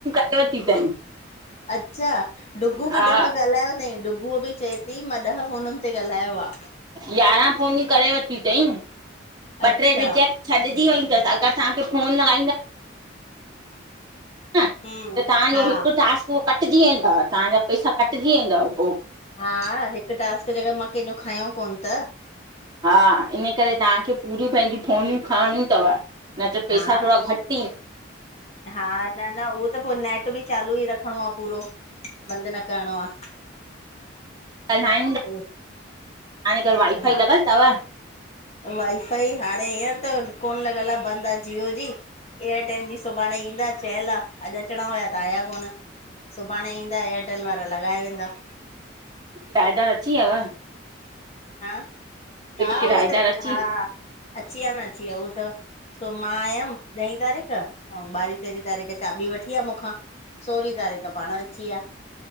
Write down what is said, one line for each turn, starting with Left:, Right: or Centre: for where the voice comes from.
Right: <unintelligible>
Left: अच्छा डुगू
Right: हा
Left: बि ॾह ॻाल्हायो अथई डुगू बि। चए थी मां ॾह फ़ोनुनि ते ॻाल्हायो आ।
Right: यारहां फोनियूं करे वठियूं अथई ॿ
Left: अच्छा
Right: टे रिजेक्ट छॾिजी वई। अगर तव्हांजो फोन न आयी ना। <unintelligible> <unintelligible>
Left: हम्म
Right: तव्हांजो
Left: हा
Right: हिकु टास्क उहो कटिजी वेंदव तव्हांजा पैसा कटिजी वेंदव पो।
Left: हा हिकु टास्क जे अगर मां कंहिंजो खयों कोन्ह त।
Right: हा इन करे तव्हांखे पूरियूं पंहिंजी फोनियूं खणणियूं थव। न त
Left: हा
Right: पैसा थोड़ा घटि ई।
Left: हा न न उहो त पो नेट बि चालू ई रखड़ो आहे पूरो। बंद न करड़ो आ।
Right: <unintelligible>
Left: ओ
Right: घर वाइ फाइ
Left: हा
Right: लॻल थव।
Left: वाईफाई हाणे हींअर त कोन लॻल आहे बंदि आहे जिओ जी एयर। <unintelligible> जी सुभाणे ईंदा चयल आहे अॼु अचणा हुया त आया कोन। सुभाणे ईंदा एयरटेल वारा लॻाए वेंदा।
Right: <unintelligible> अची यव।
Left: हा हा
Right: किराएदार
Left: उ त
Right: अची
Left: हा। अची विया न अची विया उहो त सो मां आयमि ॾहीं तारीख़ ऐं ॿारहीं तेरहीं तारीख़ चाॿी। <unintelligible> वठी आ आहे मूंखां सोरहीं तारीख पाण अची या